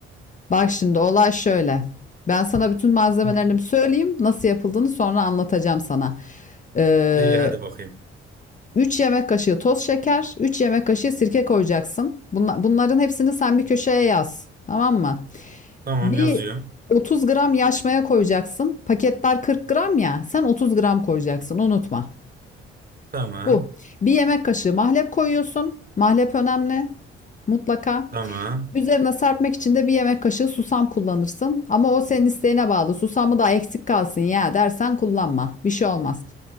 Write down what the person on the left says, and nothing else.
Bak şimdi olay şöyle. Ben sana bütün malzemelerini
söyleyeyim. Nasıl yapıldığını sonra anlatacağım sana. Ee,
3 yemek kaşığı toz şeker, 3 yemek kaşığı sirke koyacaksın. Bunla- bunların hepsini sen bir köşeye yaz. Tamam mı?
Bir
30 gram yaş maya koyacaksın. Paketler 40 gram ya. Sen 30 gram koyacaksın. Unutma.
Bu. Bir yemek kaşığı mahlep koyuyorsun. Mahlep önemli. Mutlaka.
Üzerine serpmek için de bir yemek kaşığı susam kullanırsın. Ama o senin isteğine bağlı. Susamı da eksik kalsın ya dersen kullanma. Bir şey olmaz.